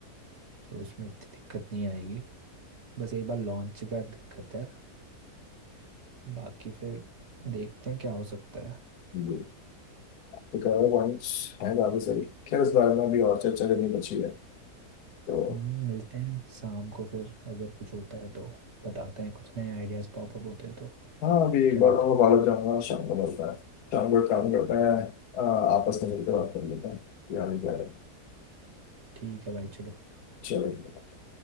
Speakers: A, on the right (about 45°); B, on the left (about 80°).
A: तो उसमें इतनी दिक्कत नहीं आएगी बस एक बार लॉन्च का दिक्कत है बाकी फिर देखते हैं क्या हो सकता है
B: जी तो कलर पॉइंट्स हैं काफ़ी सारी खैर इस बारे में भी और चर्चा करनी बची है तो
A: हम्म, मिलते हैं शाम को फिर अगर कुछ होता है तो बताते हैं कुछ नए आइडियाज पॉपअप होते हैं तो
B: हाँ अभी एक
A: क्या
B: बार
A: कहते
B: मैं
A: हो
B: कॉलेज जाऊँगा शाम को मिलता है शाम को एक काम करते हैं अ, आपस में मिलकर बात कर लेते हैं यार क्या है
A: ठीक है भाई चलो
B: चेले देपा.